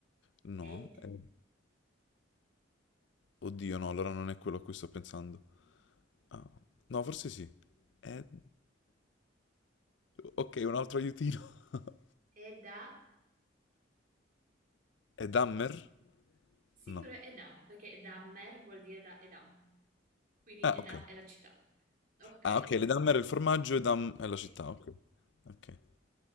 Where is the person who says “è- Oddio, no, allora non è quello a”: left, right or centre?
Left